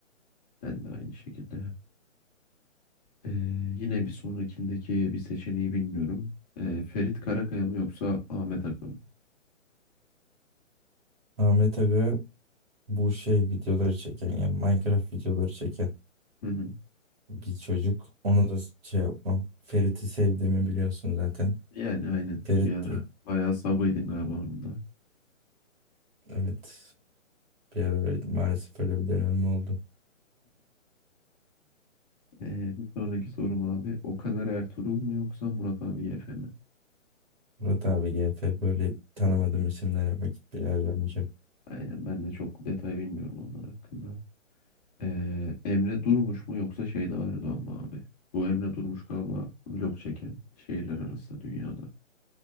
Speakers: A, on the left (about 30°); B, on the right (about 50°).
A: Ben de aynı şekilde. Ee, yine bir sonrakindeki bir seçeneği bilmiyorum. Ee, Ferit Karakaya mı yoksa Ahmet Akın mı?
B: Ahmet Aga Bu şey videoları çeken yani Minecraft videoları çeken
A: Hı hı.
B: bir çocuk. Onu da şey yapmam. Ferit'i sevdiğimi biliyorsun zaten.
A: Yani aynen.
B: Ferit
A: Bir ara
B: diyeyim.
A: bayağı sabıydın galiba onun da.
B: Evet. Bir ara öyle- maalesef öyle bir dönemim oldu.
A: Ee, bir sonraki sorum abi. Okaner Ertuğrul mu yoksa Murat abi YF mi?
B: Murat abi G F böyle tanımadığım isimlere vakit bile harcamayacağım.
A: Aynen ben de çok detay bilmiyorum onlar hakkında. Ee, Emre Durmuş mu yoksa Şeyda Erdoğan mı abi? Bu Emre Durmuş galiba vlog çeken şehirler arası dünyada.